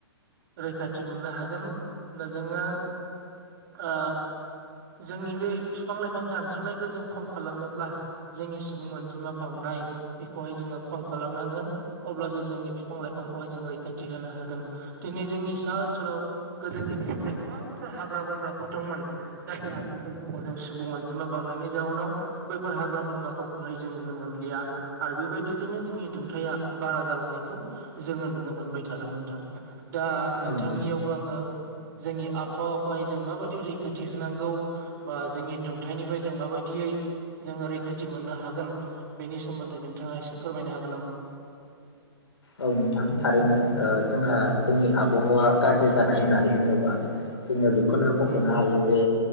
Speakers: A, on the right; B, on the left.
A: रैखाथि मोननो हागोन दा जोङो ओ जोंनि बे बिफां लाइफां दानस्रांनायखौ जों खम खालामनोब्ला जोंनि सुबुं अनजिमा बांनाय बेखौहाय जोङो ख खालामनांगोन अब्लासो जोंनि बिफां लाइफांखौहाय जों रैखाथि होनो हागोन दिनै जोंनि सा ओनसोलाव गोदोनि दिाव गोबांथार हाग्रा बंग्राफोर दंमोन नाथाय आथिखालनि माव जों सुबुं अनजिमा बांनायनि जाउनाव बैफोर हाग्रा बंग्राफोरखौहाय जों नुनो मोनलिया आरो बेबायदिजोंनो जोंनि दुंथाया बारा जालांनायखौ जोङो नुनो मोनबाय थादों नोंथां दा नोंथांनियावबो
B: औ नोंथां
A: आङो जोंनि आबहावाखौहाय जों माबायदि रैखाथि होनांगौ। बा जोंनि दुंथायनिफ्राय जों माबायदियै जोङो रैखाथि मोननो हागोन। बेनि सोमोन्दै नोंथाङा एसे फोरमायनो हागोन नामा?
B: औ नोंथां थारैनो ओ जोंहा जोंनि आबहावा गाज्रि जानाय होननानै बुङोबा जोङो बेखौनो मख'नो
A: उम
B: हायो जे